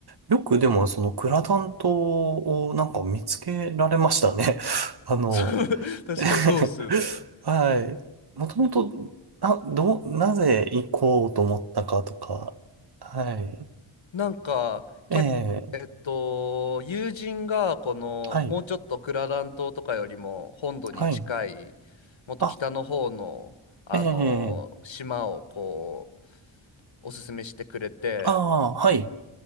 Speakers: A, on the right; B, on the left.
A: よくでもそのクラダン島をなんか見つけられましたね。<laughs> あの、
B: そう <laughs> 確かにそうっすよね。
A: <laughs> はい。もともと、な、どう、なぜ行こうと思ったかとか。はい。
B: なんか、け、
A: ええ、
B: えっと、友人が、この、
A: はい。
B: もうちょっとクララン島とかよりも本土に近い、
A: はい。
B: もっと北の方の、
A: あ、
B: あの、
A: ええ、
B: 島をこう、おすすめしてくれて、
A: ああ、はい。